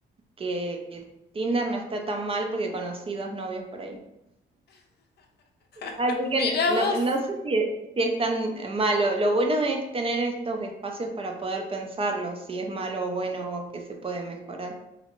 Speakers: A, on the right; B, on the left.
A: que Tinder no está tan mal porque conocí dos novios por ahí.
B: <laughs>
A: Así
B: Mira
A: que no,
B: vos.
A: no sé si es, si es tan malo. Lo bueno es tener estos espacios para poder pensarlo, si es malo o bueno o que se puede mejorar.